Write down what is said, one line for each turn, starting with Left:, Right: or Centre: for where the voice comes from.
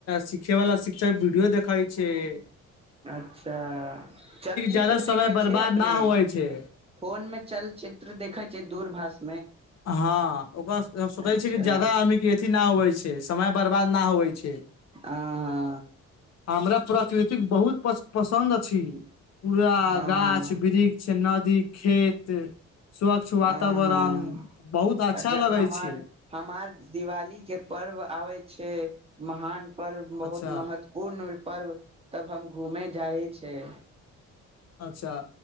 Left: सिखे वालला शिक्षक वीडियो देखइ छैय।
Right: अच्छा चलचित्र
Left: ज्यादा समय
Right: देखै
Left: बर्बाद
Right: छैय अपने?
Left: ना होवै छै
Right: फोन में चलचित्र देखे छैय दूर भाषा
Left: हँ ओकररा सोचै
Right: अच्छा
Left: छियै कि ज्यादा अमीके अथी नहि होइ छैय समय बर्बाद नहि होइ छैय।
Right: आ ह
Left: अ हमरा प्रकृत बहुत पसन्द अछि पूरा
Right: हँ
Left: गाछ वृक्ष नदी खेत स्वच्छ वातावरण
Right: ह हँ
Left: बहुत अच्छा
Right: आ जब
Left: लगै
Right: हमार
Left: छी
Right: हमार दिवाली के पर्व आबै छैय महान पर्व बहुत
Left: अच्छा
Right: महत्वपूर्ण पर्व तब हम घूमे जा है छैय।
Left: अच्छा